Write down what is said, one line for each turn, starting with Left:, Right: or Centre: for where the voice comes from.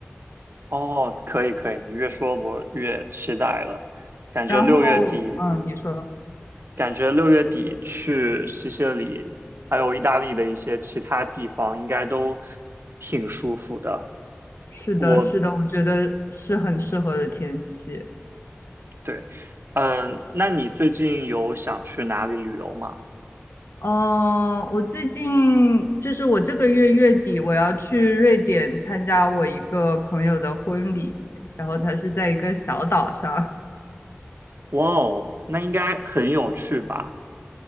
Right: 哦，可以可以，你越说我越期待了。感觉六月底，
Left: 然后，嗯，你说。
Right: 感觉六月底去西西里，还有意大利的一些其他地方，应该都挺舒服的。
Left: 是的，
Right: 我
Left: 是的，我觉得是很适合的天气。
Right: 对，嗯，那你最近有想去哪里旅游吗？
Left: 嗯，我最近就是我这个月月底我要去瑞典参加我一个朋友的婚礼，然后他是在一个小岛上，
Right: 哇哦，那应该很有趣吧？